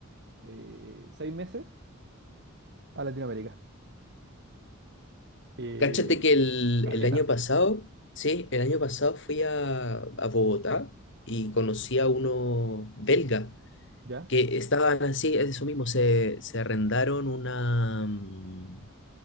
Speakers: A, on the right; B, on the left.
A: eh, seis meses a Latinoamérica. Eh,
B: Cáchate que el,
A: caleta,
B: el año pasado, sí, el año pasado fui a, a Bogotá y conocí a uno belga
A: ¿ya?
B: que estaban así, es eso mismo, se, se arrendaron una, mm,